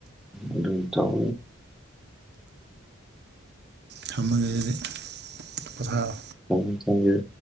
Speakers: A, in the centre; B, on the right.
A: ꯑꯗꯨꯝ ꯇꯧ
B: ꯊꯝꯃꯒꯦ ꯑꯗꯨꯗꯤ ꯄꯣꯊꯔꯣ
A: ꯊꯎꯡ ꯊꯣꯡꯒꯦ